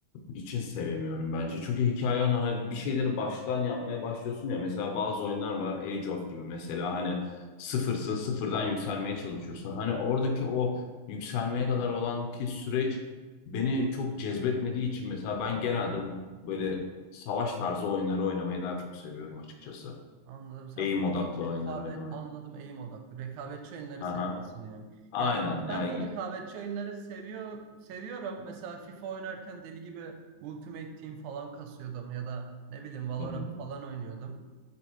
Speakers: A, on the left; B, on the right.
A: için sevemiyorum bence. Çünkü hikaye ana- hani bir şeyleri baştan yapmaya başlıyorsun ya. Mesela bazı oyunlar var Age of gibi mesela hani sıfırsın sıfırdan yükselmeye çalışıyorsun. Hani oradaki o yükselmeye kadar olan ki süreç beni çok cezbetmediği için mesela ben genelde böyle savaş tarzı oyunları oynamayı daha çok seviyorum açıkçası.
B: Anladım. Sen
A: Aim
B: böyle
A: odaklı oyunları
B: rekabet
A: oynamayı.
B: anladım eğim odaklı. Rekabetçi oyunları
A: Aha.
B: seviyorsun yani.
A: Aynen.
B: Ya aslında
A: Yani,
B: ben de rekabetçi oyunları seviyor seviyorum. Mesela FIFA oynarken deli gibi Ultimate Team falan kasıyordum ya da ne bileyim Valorant
A: hı hı,
B: falan oynuyordum.